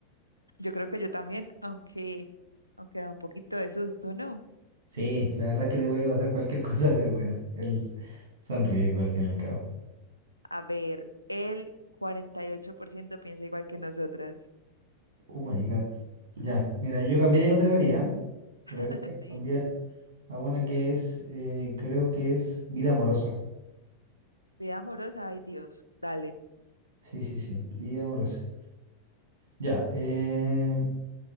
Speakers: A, on the right; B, on the right.
A: Yo creo que yo también, aunque, aunque da un poquito de susto, ¿no?
B: Sí, la verdad que le voy a pasar cualquier <laughs> cosa, pero bueno, el son riesgos al fin y al cabo.
A: A ver, el 48% piensa igual que nosotras.
B: Oh my God. Ya, mira, yo cambié de categoría. ¿Te
A: <laughs>
B: parece?
A: Sí.
B: Cambié a una que es, eh, creo que es vida amorosa.
A: Vida amorosa, ay Dios, dale.
B: Sí, sí, sí, vida amorosa. Ya, eh,